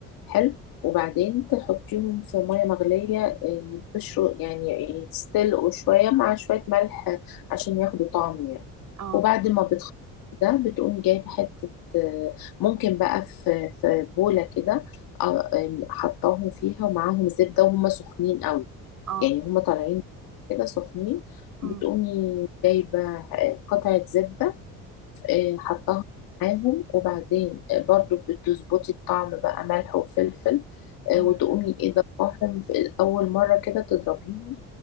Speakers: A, on the left; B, on the right.
A: حلو وبعدين تحطيهم في ميه مغليه آه، يتبشروا يعني يتسلقوا شويه مع شويه ملح عشان ياخدوا طعم يعني
B: اه
A: وبعد ما بتخلصي ده بتقومي جايبه حته آه، ممكن بقى في في بوله كده آه، آه، حطاهم فيها ومعاهم زبده وهم سخنين قوي
B: اه
A: يعني هما طالعين كده سخنين
B: امم
A: بتقومي جايبة آه، قطعة زبدة آه، حطها معاهم وبعدين آه، برضو بتظبطي الطعم بقى ملح وفلفل
B: امم
A: آه، وتقومي ايه ضربهم في أول مرة كده تضربيهم